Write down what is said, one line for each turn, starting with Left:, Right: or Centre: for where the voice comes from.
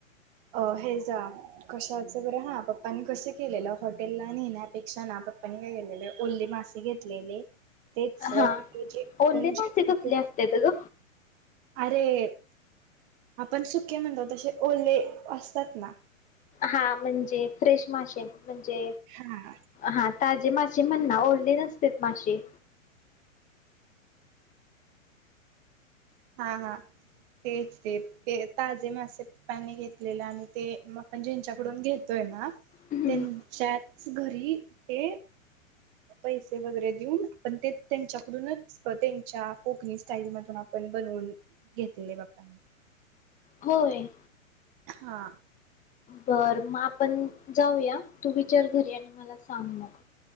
Right: अ हे जा कशाचं बरं हा पप्पानी कसं केलेलं हॉटेलला नेण्यापेक्षा ना पप्पानी काय केलेलं ओल्ले मासे घेतलेले तेच
Left: हा
Right: जे
Left: ओले
Right: पण
Left: मासे
Right: जे
Left: कसले असत्यात ग?
Right: अरे आपण सुके म्हणतो तसे ओले असतात ना
Left: हा म्हणजे फ्रेश मासे म्हणजे
Right: हा
Left: हा ताजे मा म्हण ना ओले नसतेत मासे
Right: हा हा तेच ते ते ताजे मासे्पनी घेतलेले आणि ते आपण ज्यांच्याकडून घेतोय ना
Left: हम्म
Right: त्यांच्याच घरी ते पैसे वगैरे देऊन आपण ते त्यांच्याकडूनच त्यांच्या कोकणी स्टाईल मधून पण बनवून घेतलेले पप्पांनी
Left: होय.
Right: हा.
Left: बर मग आपण जाऊया तू विचार घरी आणि मला सांग मग